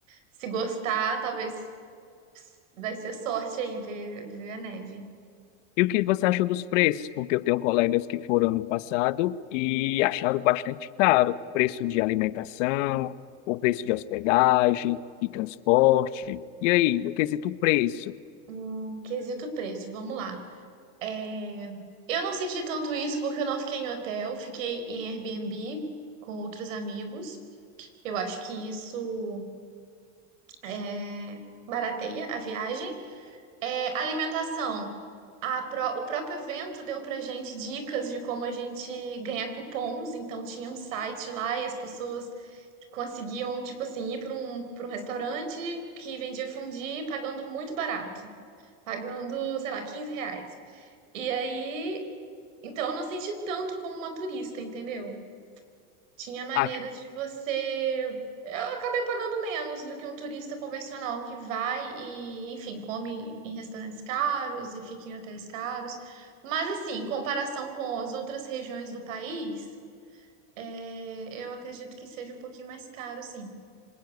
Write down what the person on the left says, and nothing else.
e o que você achou dos preços? Porque eu tenho colegas que foram no passado e acharam bastante caro o preço de alimentação, o preço de hospedagem e transporte. E aí, no quesito preço,
ah,